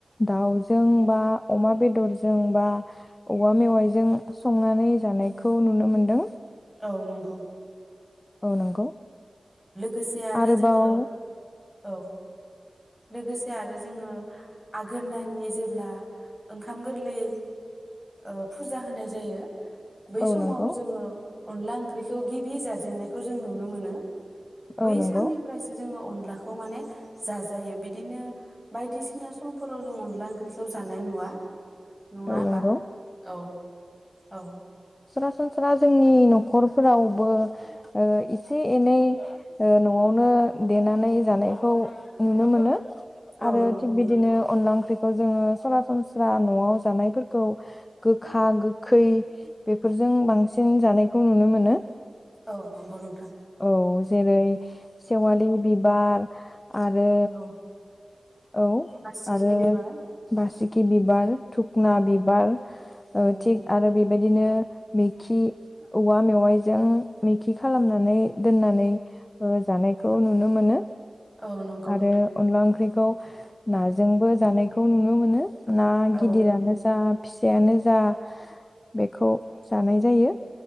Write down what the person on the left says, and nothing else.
दाउजों बा अमा बेदरजों बा औवा मेवाइजों संनानै जानायखौ नुनो मोनदों
औ नंगौ
आरोबाव
औ
नंगौ
औ नंगौ
औ
नंगौ
सरासनस्रा जोंनि न'खरफोरावबो ओ एसे एनै ओ न'आवनो देनानै जानायखौ नुनो मोनो
आरो
थिग बिदिनो अनला ओं ख्रिखौ जोङो सरासन स्रा न'आव जानायफोरखौ गोखा गोखै बेफोरजों बांसिन जानायखौ नुनो मोनो।
औ जेरै सेवालि बिबार आरो
औ
आरो
बासि कि बिबार। थुखना
बिबार
ओ थिग आरो बेबायदिनो मेखि औवा मेवाइजों मेखि खालामनानै दोननानै ओ जानायखौ नुनो मोनो।
आरो
अनला ओंख्रि खौ नाजोंबो जानायखौ नुनो मोनो। ना
गिदिरानो जा फिसायानो जा बेखौ जानाय जायो।